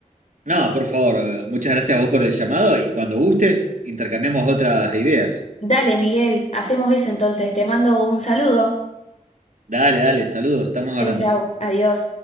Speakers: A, on the right; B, on the left.
A: No, por favor, eh, muchas gracias a vos por el llamado y cuando gustes, intercambiamos otras ideas.
B: Dale, Miguel, hacemos eso entonces. Te mando un saludo.
A: Dale, dale, saludos, estamos hablando.
B: Chau, chau, adiós.